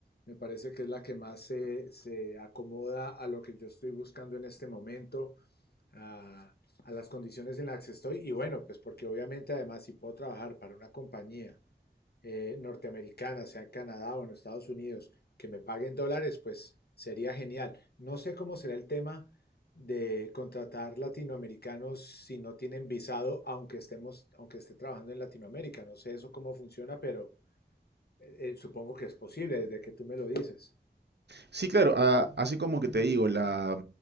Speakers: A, on the left; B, on the right.
A: me parece que es la que más se, se acomoda a lo que yo estoy buscando en este momento, a, a las condiciones en las que estoy. Y bueno, pues porque obviamente además si puedo trabajar para una compañía eh, norteamericana, sea en Canadá o en Estados Unidos, que me paguen dólares, pues sería genial. No sé cómo será el tema de contratar latinoamericanos si no tienen visado, aunque estemos, aunque esté trabajando en Latinoamérica. No sé eso cómo funciona, pero eh, eh, supongo que es posible desde que tú me lo dices.
B: Sí, claro, a- así como que te digo, la,